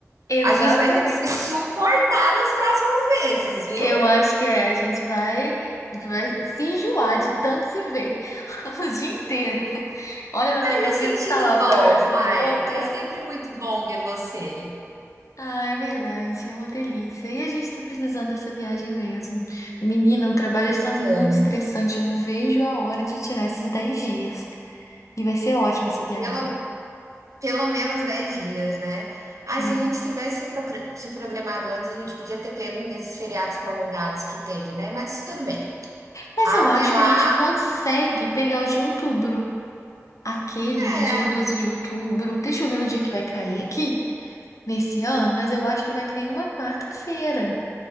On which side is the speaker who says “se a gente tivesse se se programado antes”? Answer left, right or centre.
Right